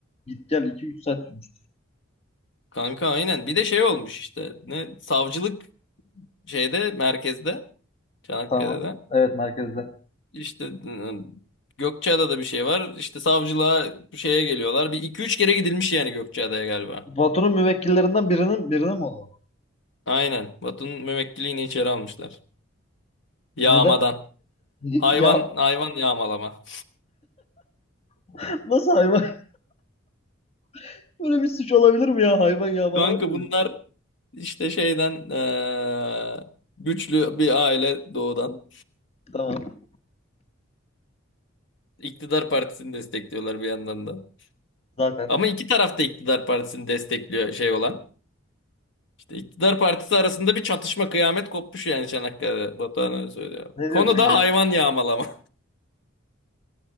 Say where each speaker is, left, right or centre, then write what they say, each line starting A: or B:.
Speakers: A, on the left (about 30°); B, on the left (about 60°).
A: git gel iki üç saat sürmüş.
B: Kanka aynen. Bir de şey olmuş işte. Ne? Savcılık şeyde merkezde. Çanakkale'de.
A: Tamam. Evet merkezde.
B: İşte ıı, Gökçeada'da bir şey var. İşte savcılığa bir şeye geliyorlar. Bir iki üç kere gidilmiş yani Gökçeada'ya galiba.
A: Patronun müvekkillerinden birinin birine mi oluyor?
B: Aynen. Batu'nun müvekkiliğini içeri almışlar. Yağmadan.
A: Neden? Y-
B: Hayvan
A: Ya
B: hayvan yağmalama.
A: <laughs> nasıl hayvan? <laughs> Böyle bir suç olabilir mi ya? Hayvan yağmalamak
B: Kanka
A: mı?
B: bunlar işte şeyden eee, güçlü bir aile doğudan.
A: Tamam.
B: İktidar partisini destekliyorlar bir yandan da.
A: Zaten.
B: Ama iki taraf da iktidar partisini destekliyor şey olan. İşte iktidar partisi arasında bir çatışma kıyamet kopmuş yani Çanakkale'de. Batuhan öyle söylüyor.
A: Ne
B: Konu
A: diyorsun
B: da
A: ya?
B: hayvan yağmalama.